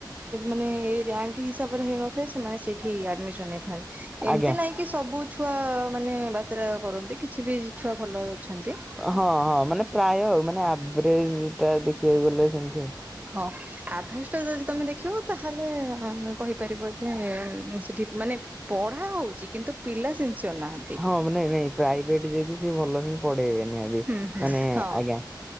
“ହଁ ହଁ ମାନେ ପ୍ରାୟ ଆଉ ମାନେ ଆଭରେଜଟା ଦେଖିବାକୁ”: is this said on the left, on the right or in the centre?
Centre